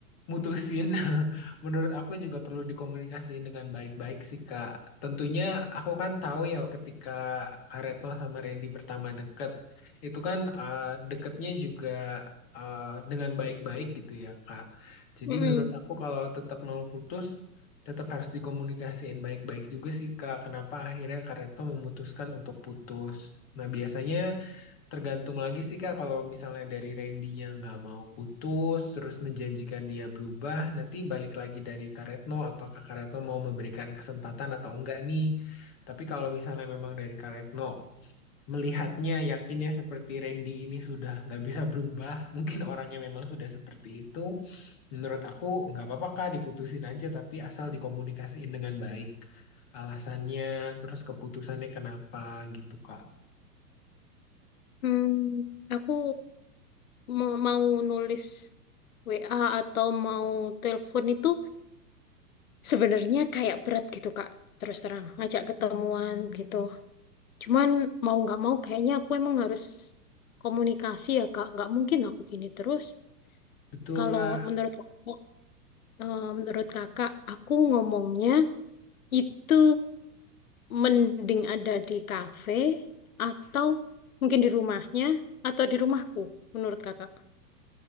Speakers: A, on the left; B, on the left.
A: mutusin, <laughs> menurut aku juga perlu dikomunikasiin dengan baik-baik sih, Kak. Tentunya aku kan tahu ya ketika Kak Retno sama Randy pertama deket, itu kan eh, deketnya juga eh, dengan baik-baik gitu ya, Kak. Jadi
B: Mm-mm.
A: menurut aku kalau tetap mau putus, tetap harus dikomunikasiin baik-baik juga sih Kak. Kenapa akhirnya Kak Retno memutuskan untuk putus? Nah, biasanya Tergantung lagi sih Kak, kalau misalnya dari Randy-nya nggak mau putus, terus menjanjikan dia berubah, nanti balik lagi dari Kak Retno, apakah Kak Retno mau memberikan kesempatan atau enggak nih. Tapi kalau misalnya memang dari Kak Retno, melihatnya yakinnya seperti Randy ini sudah nggak bisa berubah, <laughs> mungkin orangnya memang sudah seperti itu, menurut aku nggak apa-apa Kak, diputusin aja, tapi asal dikomunikasiin dengan baik. Alasannya, terus keputusannya kenapa gitu Kak.
B: Hmm, aku ma- mau nulis WA atau mau telepon itu sebenarnya kayak berat gitu, Kak. Terus terang, ngajak ketemuan gitu. Cuman mau nggak mau kayaknya aku emang harus komunikasi ya, Kak. Nggak mungkin aku gini terus.
A: Betul
B: Kalau
A: Kak,
B: menurut aku, eh, menurut Kakak, aku ngomongnya itu mending ada di kafe atau mungkin di rumahnya atau di rumahku, menurut Kakak.